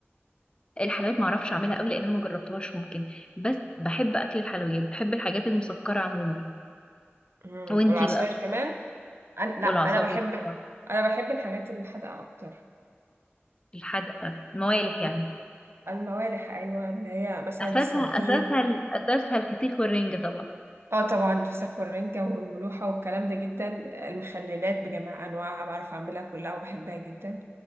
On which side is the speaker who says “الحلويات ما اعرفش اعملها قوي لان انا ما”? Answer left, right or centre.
Left